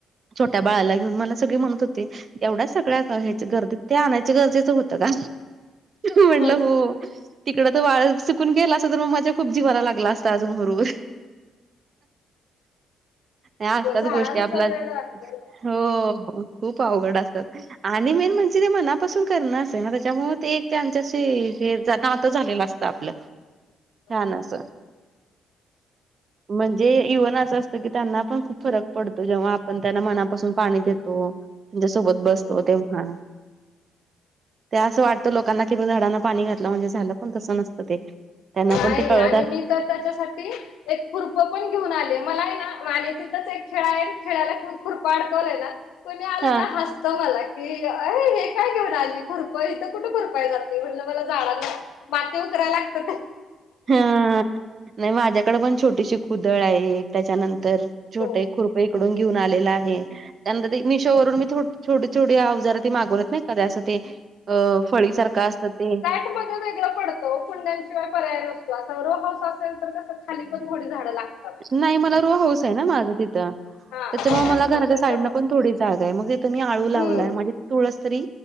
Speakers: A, on the right; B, on the left.
A: छोट्या बाळाला
B: अच्छा.
A: घेऊन मला सगळे म्हणत होते एवढ्या सगळ्या ह्याच्या गर्दीत ते आणायचं गरजेचं होतं का? म्हणलं
B: हम्म
A: हो तिकडं तर वाळ सुकून गेला असत तर मग माझ्या खूप जीवाला लागलं असतं अजून हूरहूर नाय असतात
B: झाडांचा
A: गोष्टी आपला
B: वेड आहे बरोबर
A: हो खूप अवघड असतात. आणि मेन म्हणजे ते मनापासून करणं असते ना त्याच्यामुळे ते एक त्यांच्याशी हे जात नातं झालेलं असतं आपलं छान
B: आहे.
A: अस. म्हणजे इव्हन असं असतं की त्यांना पण खूप फरक पडतो जेव्हा आपण त्यांना मनापासून पाणी देतो त्यांच्यासोबत बसतो
B: हो
A: तेंव्हा.
B: हो
A: ते असं वाटतं लोकांना कि ब झाडांना पाणी घातलं म्हणजे झालं पण तसं नसतं ते त्यांना
B: नाही
A: पण ते कळत
B: आणि
A: अस
B: मी तर त्याच्यासाठी एक खुरपं पण घेऊन आलेय, मलाय ना आनि तिथंच एक खिळाय खिळ्याला खु खुरपं अडकवलंय ना कोणी आलं
A: हा
B: ना हसतं मला की ए हे काय घेऊन आली खुरपय इथं कुठं खुरपाई जात ते म्हणलं मला झाडांना माती उकरायला लागतं ते.
A: हां नाही माझ्याकडे पण छोटीशी कुदळ आहे एक. त्याच्यानंतर छोटं
B: हो
A: एक खुरपं इकडून घेऊन आलेला आहे त्यानंतर ते मिशो वरून मी थो छोटी छोटी अवजार ते मागवलेत नाही का ते असं ते अं फळी सारखं असतं ते
B: मधे वेगळं पडतं ओ कुंड्यांशिवाय पर्याय नसतो, अस रो हाऊस ‌असेल तर कसं खाली पण घोडी झाडं लागत
A: नाही मला रो हाऊसय ना माझं तिथं.
B: हा
A: त्याच्यामुळे
B: मग तेच
A: मला घराच्या
B: ना त्याच्यामुळं
A: साइटनं पण थोडी जागाय मग तिथं मी आळू लावलाय
B: हम्म
A: माझे तुळस तरी